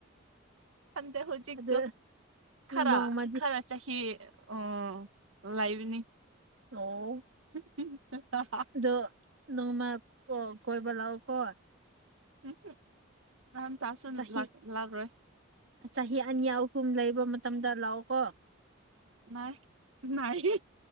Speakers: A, on the right (about 80°); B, on the right (about 65°).
A: ꯈꯪꯗꯦ ꯍꯧꯖꯤꯛ
B: ꯑꯗꯨ
A: ꯈꯔ
B: ꯅꯣꯡꯃꯗꯤ
A: ꯈꯔ ꯆꯍꯤ ꯎ ꯂꯩꯕꯅꯤ
B: ꯑꯣ
A: <inaudible>
B: ꯑꯗꯣ ꯅꯣꯡꯃ ꯀꯣꯏꯕ ꯂꯥꯛꯑꯣꯀꯣ
A: ꯎꯝ ꯅꯍꯥꯟ ꯇꯥꯁꯨ
B: ꯆꯍꯤ
A: ꯂꯥꯛꯔꯣꯏ
B: ꯆꯍꯤ ꯑꯅꯤ ꯑꯍꯨꯝ ꯂꯩꯕ ꯃꯇꯝꯗ ꯂꯥꯛꯑꯣ ꯀꯣ
A: ꯅꯥꯏ ꯅꯥꯏ